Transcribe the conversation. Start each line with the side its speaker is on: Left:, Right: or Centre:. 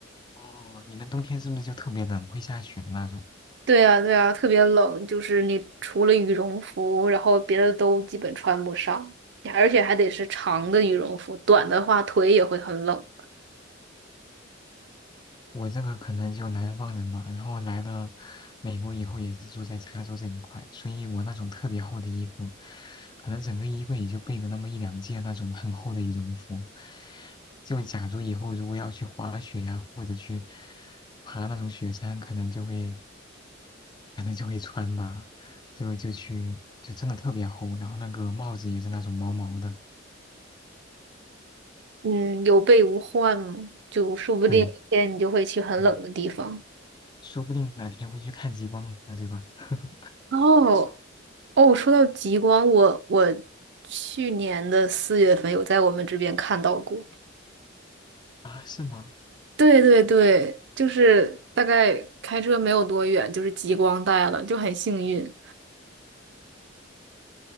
Left: 哦，你们冬天是不是就特别冷，会下雪的那种？
Right: 对啊，对啊，特别冷，就是你除了羽绒服，然后别的都基本穿不上，而且还得是长的羽绒服，短的话腿也会很冷。
Left: 我这个可能就南方人嘛，然后来了美国以后也是住在加州这一块，所以我那种特别厚的衣服，可能整个衣柜也就备了那么一两件那种很厚的羽绒服。就假如以后如果要去滑雪呀、或者去爬那种雪山，可能就会可能就会穿吧，就就去就真的特别厚，然后那个帽子也是那种毛毛的，
Right: 嗯，有备无患嘛，就说不定有一天你就会去很冷的地方。
Left: 对，嗯说不定哪天会去看极光呢，对吧？<laughs>
Right: 哦哦，说到极光，我我去年的四月份有在我们这边看到过。
Left: 啊，是吗？
Right: 对对对，就是大概开车没有多远，就是极光带了，就很幸运。